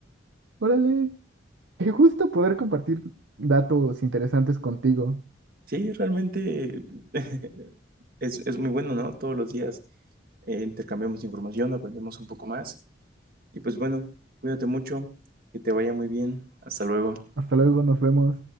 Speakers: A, on the right; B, on the right.
A: Órale, qué gusto poder compartir datos interesantes contigo.
B: Sí, realmente <laughs> es, es muy bueno, ¿no? Todos los días eh, intercambiamos información, aprendemos un poco más. Y pues bueno, cuídate mucho, que te vaya muy bien. Hasta luego.
A: Hasta luego, nos vemos.